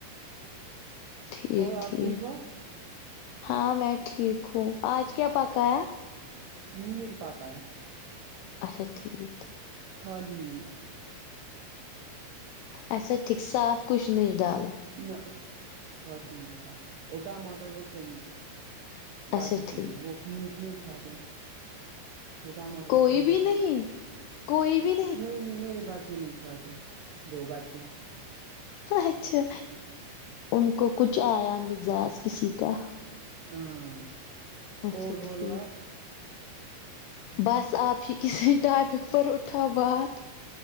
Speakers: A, on the left; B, on the right.
A: ٹھیک
B: اور
A: ٹھیک
B: آپ ہو
A: ہاں میں ٹھیک ہوں آج کیا پکایا
B: پنیر پکایا
A: اچھا ٹھیک ٹھیک
B: کھا لی لیے
A: اچھا ٹھیک صاف کچھ نہ ڈالا
B: نہ خالی یہ تھا اور ٹماٹر اور پنیر بچوں
A: اچھا
B: کے
A: ٹھیک
B: لیے وہ میٹ نہیں کھاتے وہ ٹماٹر
A: کوئی
B: پنیر
A: بھی نہیں کوئی بھی
B: نہیں نہیں میرے ب چے نہی کھاتے دو بچے
A: اچھا ان کو کچھ آیا مزاج کسی کا
B: ہاں
A: اچھا
B: اور
A: ٹھیک
B: بولو آپ
A: بس آپ ہی کسی ٹاپک پر اٹھاؤ بات